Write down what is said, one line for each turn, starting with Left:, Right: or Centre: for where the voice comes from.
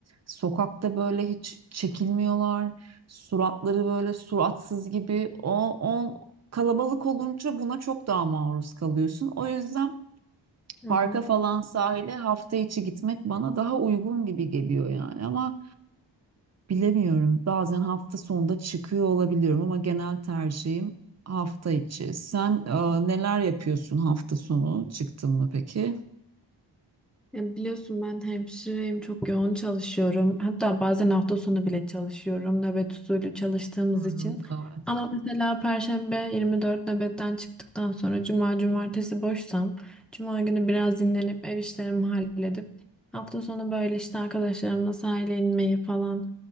Right: Sokakta böyle hiç çekilmiyorlar. Suratları böyle suratsız gibi. O, o kalabalık olunca buna çok daha maruz kalıyorsun. O yüzden
Centre: Hı
Right: parka
Centre: hı.
Right: falan sahile hafta içi gitmek bana daha uygun gibi geliyor yani ama Bilemiyorum. Bazen hafta sonunda çıkıyor olabiliyorum ama genel tercihim hafta içi. Sen e, neler yapıyorsun hafta sonu? Çıktın mı peki?
Centre: Ya biliyorsun ben hemşireyim, çok yoğun çalışıyorum. Hatta bazen hafta sonu bile çalışıyorum nöbet usulü çalıştığımız
Right: Hmm,
Centre: için.
Right: evet.
Centre: Ama mesela Perşembe 24 nöbetten çıktıktan sonra Cuma, Cumartesi boşsam, Cuma günü biraz dinlenip ev işlerimi halledip hafta sonu böyle işte arkadaşlarımla sahile inmeyi falan